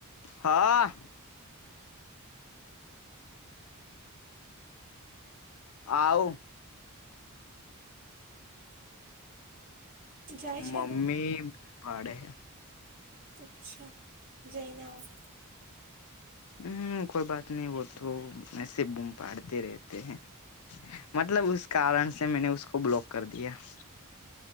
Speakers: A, on the left; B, on the right.
A: હા આઉ.
B: છે જાય છે
A: મમ્મી
B: તું
A: પાડે.
B: અચ્છા જૈને આવ.
A: હમ કોઈ બાત નહી વો તો વૈસે હિ બૂમ પાાડતે રહેતે હૈ મતલબ કારણસે મેને ઉસકો બ્લોક કર દિયા.